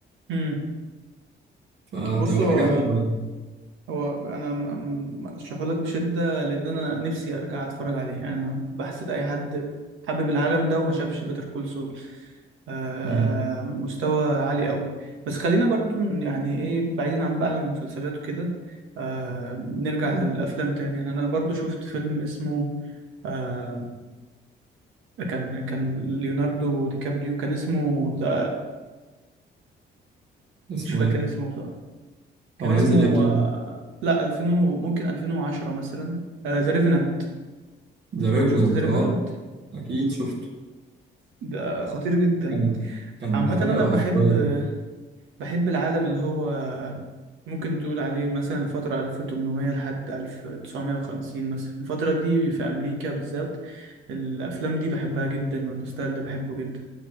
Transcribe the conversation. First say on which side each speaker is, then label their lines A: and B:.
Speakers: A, on the right (about 85°); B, on the right (about 60°).
A: امم
B: فهتبقى
A: بص هو
B: حاجة حلوة يعني
A: هو انا ارشحه لك بشده لان انا نفسي ارجع اتفرج عليه يعني انا بحسد اي حد حابب العالم ده وما شافش بيتر كول سول آه
B: امم
A: مستوى عالي قوي بس خلينا برضو يعني ايه بعيدا عن بقى المسلسلات وكده آه نرجع للافلام تاني يعني انا برضو شفت فيلم اسمه آه، كان كان ليوناردو دي كابريو كان اسمه ده
B: اسمه
A: مش فاكر
B: إيه؟
A: اسمه بصراحة كان
B: هو
A: اسمه
B: نازل إمتى؟
A: آه، لا 2000 و- ممكن 2010 مثلا ذا ريفنانت
B: ذا ريفننت
A: شفت ذا ريفنانت
B: أه أكيد شفته
A: ده خطير جدا
B: كان كان
A: عامة
B: حاجة
A: انا بحب
B: أسطورية
A: بحب العالم اللي هو ممكن تقول عليه مثلا الفترة 1800 لحد 1950 مثلا الفترة دي في أمريكا بالذات الأفلام دي بحبها جدا والستايل ده بحبه جدا